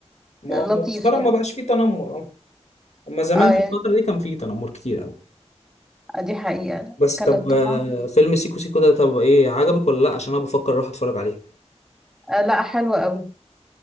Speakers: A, on the left; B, in the centre.
A: ما
B: لطيف
A: هو مؤخرا
B: يعني
A: ما بقاش فيه تنمر اه أما زمان
B: اه
A: في
B: يعني
A: الفترة دي كان فيه تنمر كتير قوي
B: دي حقيقة لا
A: بس
B: كان
A: طب
B: التنمر
A: آه، فيلم سيكو سيكو ده طب إيه عجبك ولا لأ عشان أنا بفكر أروح أتفرج عليه
B: آه لا حلو قوي